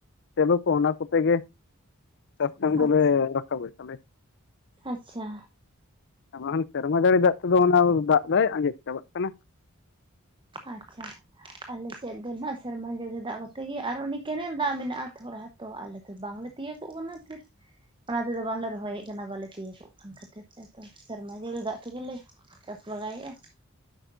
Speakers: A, on the left; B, on the right.
A: ᱥᱮᱞᱳ ᱠᱚ ᱚᱱᱟ ᱠᱚᱛᱮ ᱜᱮ ᱪᱟᱥ ᱠᱟᱹᱢᱤ ᱫᱚᱞᱮ
B: ᱟᱪᱪᱷᱟ
A: ᱨᱟᱠᱟᱵᱮᱫ ᱛᱟᱞᱮᱭᱟ,
B: ᱟᱪᱪᱷᱟ
A: ᱟᱨ ᱵᱟᱠᱷᱟᱱ ᱥᱮᱨᱢᱟ ᱡᱟᱹᱲᱤ ᱫᱟᱜ ᱛᱮᱫᱚ ᱚᱱᱟ ᱫᱟᱜ ᱫᱟᱭ ᱟᱸᱡᱮᱫ ᱪᱟᱵᱟᱜ ᱠᱟᱱᱟ,
B: ᱟᱪᱪᱷᱟ᱾ ᱟᱞᱮ ᱥᱮᱫ ᱫᱚ ᱱᱟᱦᱟᱜ ᱥᱮᱨᱢᱟ ᱡᱟᱹᱲᱤ ᱫᱟᱜ ᱠᱚᱛᱮ ᱜᱮ ᱟᱨ ᱚᱱᱮ ᱠᱮᱱᱮᱞ ᱫᱟᱜ ᱢᱮᱱᱟᱜᱼᱟ ᱛᱷᱚᱲᱟ ᱛᱚ ᱟᱞᱮ ᱫᱚ ᱵᱟᱝᱞᱮ ᱛᱤᱭᱳᱟᱹᱜᱚᱜ ᱠᱟᱱᱟ ᱯᱷᱤᱨ
A: <inaudible>
B: ᱚᱱᱟ ᱛᱮᱫᱚ ᱵᱟᱝᱞᱮ ᱨᱚᱦᱚᱭᱮᱫ ᱠᱟᱱᱟ ᱵᱟᱞᱮ ᱛᱤᱭᱳᱜ ᱠᱟᱱ ᱠᱷᱟᱹᱛᱤᱨ ᱛᱮ ᱛᱚ, ᱥᱮᱨᱢᱟ ᱡᱟᱹᱲᱤ ᱫᱟᱜ ᱛᱮᱜᱮ ᱞᱮ ᱪᱟᱥ ᱵᱟᱲᱟᱭᱮᱜᱼᱟ᱾